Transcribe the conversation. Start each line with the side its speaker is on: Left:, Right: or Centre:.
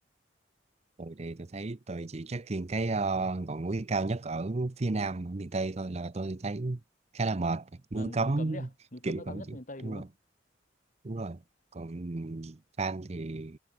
Right: rồi thì tôi thấy tôi chỉ trekking cái ờ, ngọn núi cao nhất ở phía nam ở miền Tây thôi là tôi thấy khá là mệt núi
Left: à, núi
Right: cấm
Left: Cấm đi à núi Cấm
Right: kiểu
Left: là cao
Right: vậy
Left: nhất
Right: chứ
Left: miền Tây đúng
Right: đúng rồi đúng rồi còn fan thì